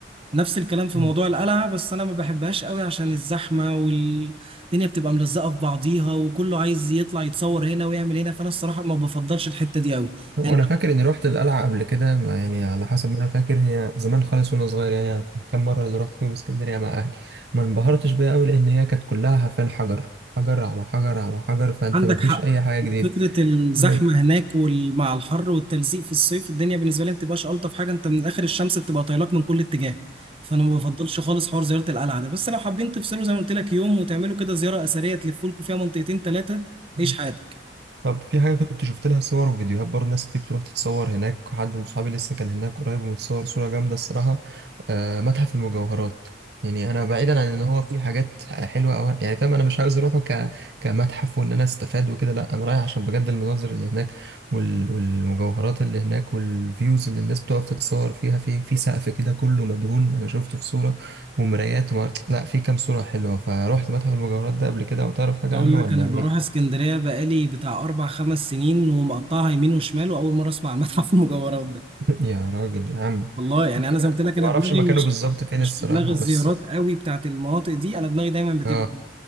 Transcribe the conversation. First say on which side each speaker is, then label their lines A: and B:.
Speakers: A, on the right (about 30°); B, on the right (about 60°).
A: نفس الكلام في
B: مم.
A: موضوع القلعه بس انا ما بحبهاش قوي عشان الزحمه والدنيا بتبقى ملزقه في بعضيها وكله عايز يطلع يتصور هنا ويعمل هنا فانا الصراحه ما بفضلش الحته دي قوي
B: وانا
A: يعني
B: فاكر اني روحت القلعه قبل كده ما- يعني على حسب ما انا فاكر هي زمان خالص وانا صغير يعني كم مره اللي رحت فيهم اسكندريه مع اهلي ما انبهرتش بيها قوي لان هي كانت كلها حرفيا حجر حجر على حجر على حجر فانت
A: عندك
B: ما فيش
A: حق
B: اي حاجه جديده
A: فكرة الزحمة
B: مم.
A: هناك ومع الحر والتلزيق في الصيف الدنيا بالنسبة لي ما بتبقاش ألطف حاجة أنت من آخر الشمس بتبقى طايلك من كل اتجاه فأنا ما بفضلش خالص حوار زيارة القلعة ده بس لو حابين تفصلوا زي ما قلت لك يوم وتعملوا كده زيارة أثرية تلفوا لكم فيها منطقتين تلاتة
B: مم.
A: عيش حياتك
B: طب في حاجة كنت شفت لها صور وفيديوهات برضه ناس كتير بتروح تتصور هناك حد من صحابي لسه كان هناك قريب ومتصور صورة جامدة الصراحة آه متحف المجوهرات يعني أنا بعيدا عن إن هو فيه حاجات حلوة أو يعني فاهم أنا مش عاوز أروحه ك... كمتحف وإن أنا أستفاد وكده لأ أنا رايح عشان بجد المناظر اللي هناك وال... والمجوهرات اللي هناك والفيوز اللي الناس بتقف تتصور فيها في في سقف كده كله مدهون أنا شفته في صورة ومرايات وما... لأ في كام صورة حلوة فروحت متحف المجوهرات ده قبل كده أو تعرف حاجة
A: بقول
B: عنه
A: لك
B: ولا
A: أنا
B: إيه؟
A: بروح اسكندرية بقالي بتاع أربع خمس سنين ومقطعها يمين وشمال وأول مرة أسمع عن متحف المجوهرات ده
B: <laughs> يا راجل يا عم
A: والله يعني انا زي ما قلت لك انا
B: ما اعرفش
A: دماغي
B: مكانه
A: مش
B: بالظبط فين
A: مش
B: الصراحه
A: في دماغ الزيارات
B: بس
A: قوي بتاعت المناطق دي انا دماغي دايما بتبقى
B: اه